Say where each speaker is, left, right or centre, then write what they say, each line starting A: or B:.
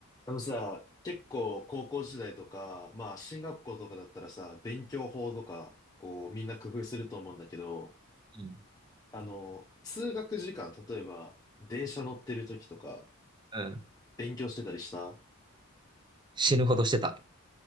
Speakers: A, on the left; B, on the right.
A: あのさ、結構高校時代とか、まあ進学校とかだったらさ、勉強法とか、こうみんな工夫すると思うんだけど、
B: うん。
A: あの、通学時間、例えば電車乗ってる時とか、
B: うん
A: 勉強してたりした
B: 死ぬほどしてた。